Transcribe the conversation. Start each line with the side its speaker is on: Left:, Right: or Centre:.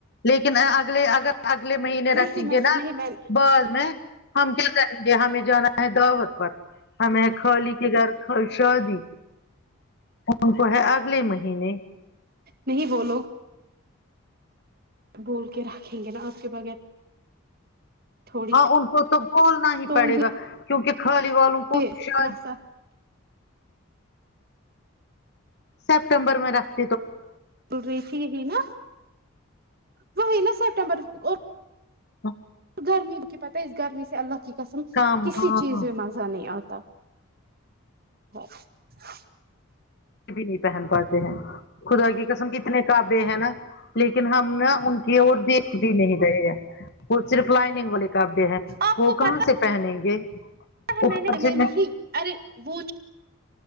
Left: لیکن ا اگلے اگر اگلے مہینے
Right: نہیں
Left: رکھیں
Right: میں
Left: گے نا
Right: نہیں میں
Left: بعد میں ہم کیا کریں گے ہمیں جانا ہے دعوت پر ہمیں
Right: ہاں
Left: خالی کے گھر کب شادی وہ تو ہے اگلے مہینے
Right: نہیں وہ لوگ بول کے رکھیں گے نا اسکے بغیر تھوڑی
Left: ہاں ان کو تو بولنا ہی
Right: تو
Left: پڑے گا کیونکہ خالی والوں کو
Right: یہ
Left: شاید
Right: رسم
Left: سپٹمبر میں رکھ
Right: ڈیٹ یہی نا وہی نا سٹمبر کو
Left: ہاں
Right: گرمی کی پتہ ہے اس گرمی سے اللہ کی قسم
Left: کام
Right: کسی
Left: ہاں
Right: چیز میں مزہ نہیں آتا ہے
Left: کپڑے بھی نہیں پہن پاتے ہیں خدا کی قسم اتنے کپڑے ہیں نا لیکن ہم نا ان کی اور دیکھ بھی نہیں رہے ہیں وہ صرف لائننگ والے کپڑےہیں
Right: آپ
Left: وہ
Right: کو پتا
Left: کہاں سے پہنیں گے
Right: ہے
Left: اوپر
Right: میں نے
Left: سے
Right: نہیں ارے وہ جو